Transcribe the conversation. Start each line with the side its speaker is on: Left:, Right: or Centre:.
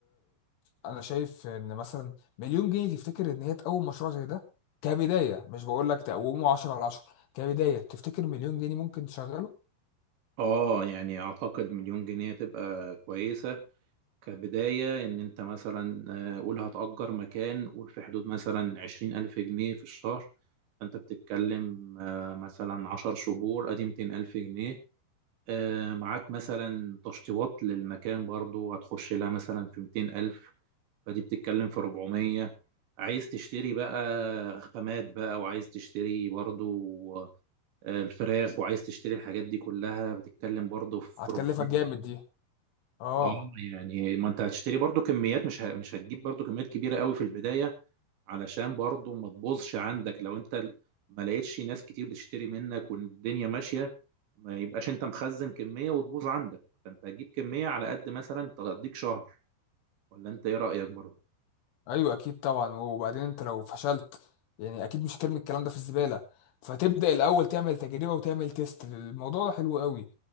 Left: انا شايف ان مثلا مليون جنيه تفتكر ان هي تقوم مشروع زي ده كبدايه مش بقول لك تقومه 10 على 10 كبدايه تفتكر مليون جنيه ممكن تشغله
Right: اه يعني اعتقد مليون جنيه تبقى كويسه كبداية إن أنت مثلا آه، قول هتأجر مكان قول في حدود مثلا عشرين ألف جنيه في الشهر فأنت بتتكلم آه، مثلا عشر شهور أدي ميتين ألف جنيه آه، معاك مثلا تشطيبات للمكان برضو هتخش لها مثلا في 200000 فدي بتتكلم في 400 عايز تشتري بقى خامات بقى وعايز تشتري برضو آه، الفراخ وعايز تشتري الحاجات دي كلها بتتكلم برضو في
Left: هتكلفك
Right: 400
Left: جامد دي اه
Right: اه يعني ما انت هتشتري برضو كميات مش ه... مش هتجيب برضو كميات كبيره قوي في البدايه علشان برضو ما تبوظش عندك لو انت ال- ما لقيتش ناس كتير بتشتري منك والدنيا ماشيه ما يبقاش انت مخزن كميه وتبوظ عندك فانت هتجيب كميه على قد مثلا تقضيك شهر ولا انت ايه رايك برضو
Left: ايوه اكيد طبعا وبعدين انت لو فشلت يعني اكيد مش ترمي الكلام ده في الزباله فتبدا الاول تعمل تجربه وتعمل تيست الموضوع ده حلو قوي